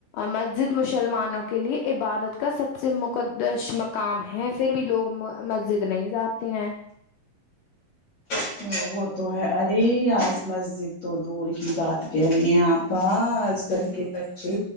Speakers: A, on the left (about 85°); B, on the left (about 60°).
A: مسجد مسلمانوں کے لیے عبادت کا سب سے مقدس مقام ہے پھر بھی لوگ مسجد نہیں جاتے ہیں
B: ا وہ تو ہے ارے آس مسجد تو دور کی بات کہہ رہی ہیں آپ آج کل کے بچے